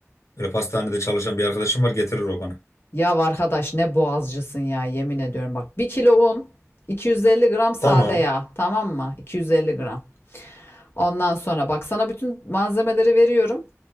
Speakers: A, on the left; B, on the left.
A: Böyle pastanede çalışan bir arkadaşım var getirir o bana.
B: Ya arkadaş ne boğazcısın ya yemin ediyorum bak. bir kilo un, 250 gram sade
A: Tamam.
B: yağ tamam mı? 250 gram. Ondan sonra bak sana bütün malzemeleri veriyorum.